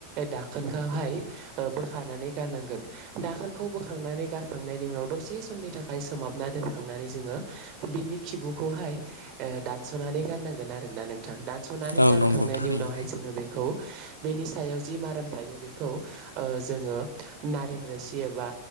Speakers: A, on the right; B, on the left.
A: दाखोनखौहाय ओ बोखानानै गारनांगोन दाखोनखौ बोखांनानै गारखांनायनि उनाव दसे समनि थाखाय सोमाबना दोनखांनानै जोङो बिनि खिबुखौहाय ओ दानस'नानै गारनांगोन आरोना नोंथां दानस' गारखांनायनि
B: औ नंगौ थारैनो
A: उनावहाय जोङो बेखौ बेनि सायाव जि माराम थायो बेखौ जोङो नारें रोसि एबा